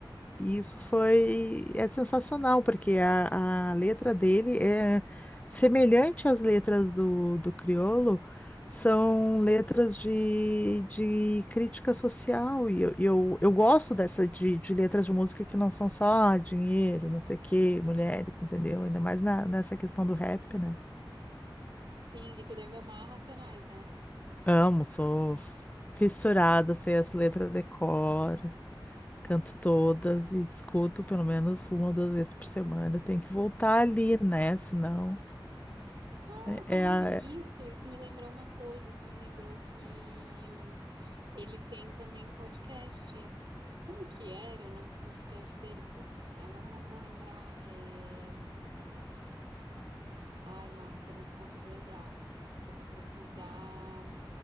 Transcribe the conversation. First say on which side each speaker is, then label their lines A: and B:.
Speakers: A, on the left (about 20°); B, on the right (about 65°).
A: e isso foi é sensacional, porque a, a letra dele é semelhante às letras do, do Criolo, são letras de, de crítica social, e eu, e eu, eu gosto dessa de, de letras de música que não são só dinheiro, não sei o quê, mulheres, entendeu? Ainda mais na, nessa questão do rap, né?
B: Sim, e tu deve amar Racionais, né?
A: Amo, sou fissurada, sei as letras de cor, Canto todas e escuto pelo menos uma ou duas vezes por semana. Tem que voltar ali, né? Senão
B: Ah, Falando
A: é, é a.
B: nisso,
A: é-
B: isso me lembrou uma coisa, isso me lembrou que ele tem também um podcast. Como que era o nome do podcast dele? Putz, agora eu não vou lembrar. é, Ai, Marta, não vou conseguir lembrar. Eu vou precisar